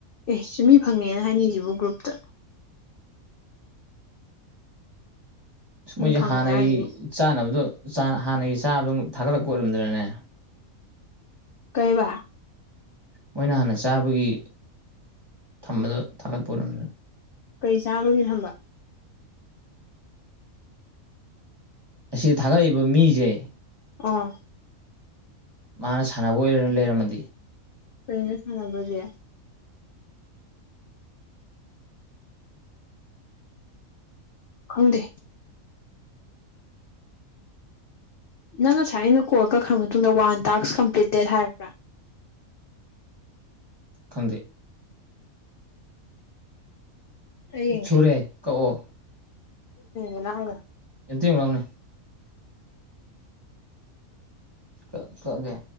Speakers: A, on the left; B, on the right.
A: ꯑꯦ ꯆꯨꯝꯃꯤ ꯐꯪꯉꯦꯅ ꯍꯥꯏꯅꯤꯁꯤꯕꯨ ꯒ꯭ꯔꯨꯞꯇ
B: ꯃꯣꯏꯁꯦ
A: ꯃꯤ ꯐꯪꯉꯦ
B: ꯍꯥꯟꯅꯒꯤ
A: ꯍꯥꯏꯁꯤꯕꯨ
B: ꯆꯥꯅꯕꯗꯣ ꯍꯥꯟꯅꯒꯤ ꯆꯥꯕꯗꯣ ꯑꯃꯨꯛ ꯊꯥꯒꯠꯂꯛꯄ ꯑꯣꯏꯔꯝꯗ꯭ꯔꯅꯦ
A: ꯀꯩꯕ
B: ꯃꯣꯏꯅ ꯍꯥꯟꯅ ꯆꯥꯕꯒꯤ ꯊꯝꯕꯗꯣ ꯊꯥꯒꯠꯄꯔꯝ
A: ꯀꯔꯤ ꯆꯥꯕꯒꯦ ꯊꯝꯕ
B: ꯑꯁꯤ ꯊꯥꯒꯠꯂꯛꯏꯕ ꯃꯤꯁꯦ
A: ꯑꯥ
B: ꯃꯥꯅ ꯁꯥꯟꯅꯕ ꯑꯣꯏꯔꯅ ꯂꯩꯔꯝꯃꯗꯤ
A: ꯀꯩꯅ ꯁꯅꯕꯖꯦ ꯈꯪꯗꯦ ꯅꯪ ꯉꯁꯥꯏ ꯑꯩꯅ ꯀꯣꯜ ꯀꯛꯈ꯭ꯔ ꯃꯇꯨꯡꯗ ꯋꯥꯟ ꯇꯥꯛꯁ ꯀꯝꯄ꯭ꯂꯤꯇꯦꯠ ꯍꯥꯏꯕ꯭ꯔꯥ
B: ꯈꯪꯗꯦ
A: ꯑꯩꯦ
B: ꯁꯨꯔꯦ ꯀꯛꯑꯣ
A: ꯑ ꯂꯒ
B: ꯑꯦꯇ ꯎ ꯂꯥꯎꯅꯦ ꯀ ꯀꯒꯦ